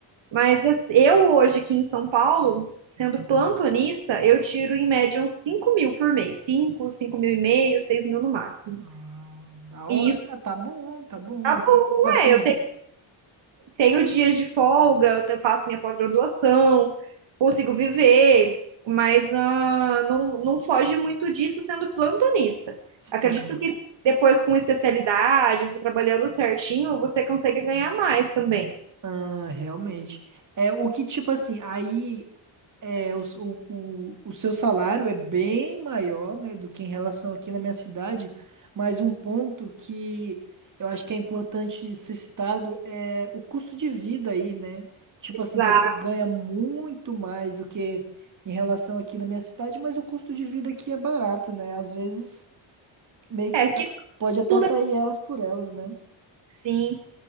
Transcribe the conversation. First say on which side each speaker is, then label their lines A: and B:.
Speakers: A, on the right (about 65°); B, on the right (about 40°).
A: Mas assim, eu hoje aqui em São Paulo, sendo plantonista, eu tiro em média uns 5 mil por mês. cinco, 5 mil e meio, 6 mil no máximo.
B: Ah, da hora.
A: E isso
B: Ah, tá bom, tá bom,
A: tá
B: né?
A: bom,
B: Tipo assim,
A: é. Eu te- tenho dias de folga, eu te- faço minha pós-graduação, consigo viver, mas ah, não, não foge muito disso sendo plantonista. Acredito
B: sim,
A: que depois com especialidade, trabalhando certinho, você consegue ganhar mais também.
B: ah, realmente. É, o que tipo assim, aí. É, o, o, o, o seu salário é bem maior, né, do que em relação aqui na minha cidade, mas um ponto que eu acho que é importante ser citado é o custo de vida aí, né? Tipo
A: Exato.
B: assim, você ganha muito mais do que em relação aqui na minha cidade, mas o custo de vida aqui é barato, né? Às vezes meio
A: É
B: que sa-
A: que
B: pode até
A: tudo
B: sair
A: é
B: elas por elas, né?
A: assim.